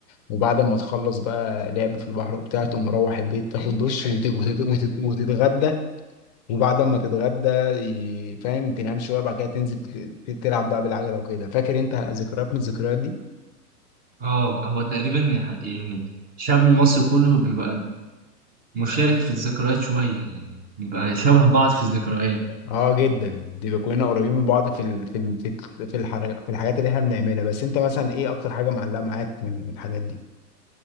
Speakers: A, on the left (about 25°); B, on the right (about 20°).
A: وبعد ما تخلص بقى لعب في البحر وبتاع تقوم مروح البيت تاخد <laughs> دش وت- وت- وت- وتتغدى وبعد ما تتغدى ي- فاهم تنام شويه بعد كده تنزل ت- تلعب بقى بالعجله وكده فاكر انت ذكريات من الذكريات دي
B: اه هو تقريبا يعني شعب مصر كله بيبقى مشارك في الذكريات شوية يعني نبقى شبه بعض في الذكريات
A: اه جدا دي كلنا قريبين من بعض في ال... في ال... في ال- في, الحر... في الحاجات اللي احنا بنعملها بس انت مثلا ايه اكتر حاجه معلقه معاك من الحاجات دي